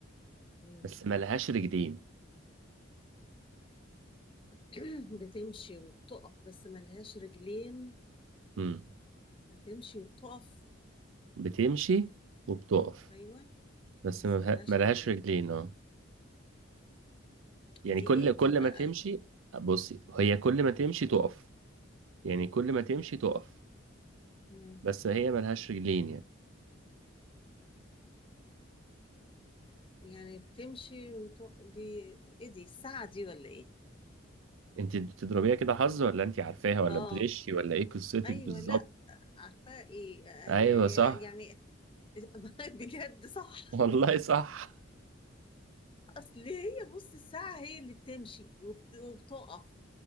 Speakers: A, on the left; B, on the right.
A: مم.
B: بس ملهاش رجلين
A: <clears throat> بتمشي وبتقف بس ملهاش رجلين
B: مم.
A: بتمشي وبتقف
B: بتمشي وبتقف
A: ايوه
B: بس
A: بس
B: ما بها-
A: ملهاش
B: ما لهاش
A: رجلين
B: رجلين اه يعني
A: دي
B: كل
A: ايه
B: كل
A: دي بقى
B: ما تمشي بصي هي كل ما تمشي تقف يعني كل ما تمشي تقف
A: مم.
B: بس هي ما لهاش رجلين يعني
A: يعني بتمشي وتو... دي ايه دي الساعة دي ولا ايه
B: انت بتضربيها كده حظ ولا انت عارفاها ولا
A: اه
B: بتغشي ولا ايه قصتك
A: ايوه
B: بالظبط
A: لا عارفة ايه آه،
B: ايوه صح
A: يعني <laughs> بجد صح
B: <laughs> والله صح
A: اصل هي بص الساعة هي اللي بتمشي وبت... وبتقف